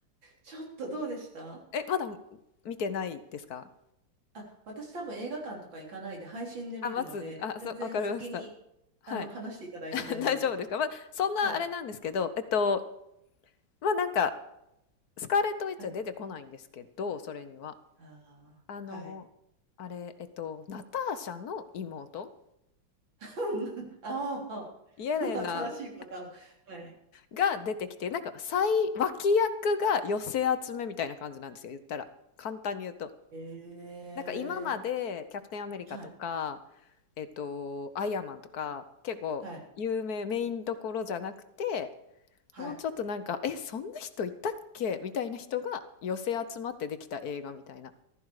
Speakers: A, on the right (about 80°); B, on the left (about 60°).
A: ちょっとどうでした
B: え、まだ見てないですか
A: あ、私多分映画館とか行かないで配信で見るので、
B: あ、待つ、あ、
A: 全然先にあの、
B: そう、わかりました。はい。
A: 話していただいて大丈夫です。
B: <laughs> 大丈夫ですかまあ、そんなあれなんですけど、
A: はい。
B: えっと、まあなんか、スカーレット・ウィッチは出てこないんですけど、
A: はい。
B: それには。
A: ああ、
B: あの、
A: はい。
B: あれ、えっと、ナターシャの妹、
A: <laughs> ああ、
B: イエレナ
A: <laughs> 新しいパターン。はい。
B: が出てきて、なんか、最脇役が寄せ集めみたいな感じなんですよ、言ったら。簡単に言うと。
A: ええ
B: なんか今まで、キャプテン・アメリカとか、
A: はい、
B: えっと、アイアンマンとか、結構有名、
A: はい、
B: メインどころじゃなくて、
A: はい。
B: もうちょっとなんか、え、そんな人いたっけみたいな人が寄せ集まってできた映画みたいな。